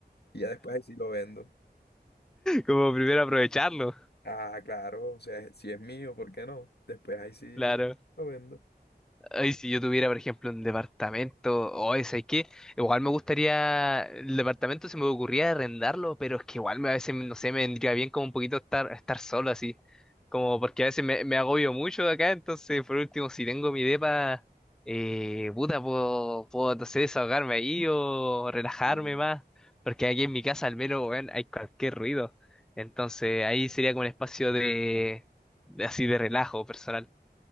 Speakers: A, on the left; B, in the centre.
A: y ya después ahí sí lo vendo.
B: como primero aprovecharlo,
A: Ah, claro, o sea, si es mío, ¿por qué no? Después ahí sí
B: claro.
A: lo vendo.
B: Ay, si yo tuviera, por ejemplo, un departamento, o ese ¿sabes qué? Igual me gustaría, el departamento se me ocurría arrendarlo, pero es que igual me, a veces, no sé, me vendría bien como un poquito estar, estar solo así, como porque a veces me, me agobio mucho acá, entonces por último, si tengo mi depa, eh, puta, puedo, puedo, no sé, desahogarme ahí o relajarme
A: Y
B: más, porque aquí en mi casa al menos, weón, hay cualquier ruido, entonces ahí sería como un espacio de, de así de relajo personal,